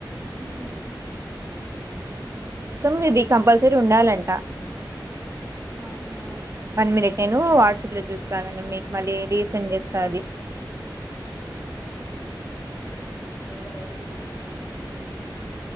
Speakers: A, on the left; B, on the right.
A: ఊ
B: మీది కంపల్సరీ ఉండాలంట
A: ఆహా
B: వన్ మినిట్ నేను వాట్సాప్ లో చూస్తా ఆగండీ మీకు మళ్ళీ రీసెండ్ చేస్తాను
A: అదేనా రమ్ము ఉ ఉ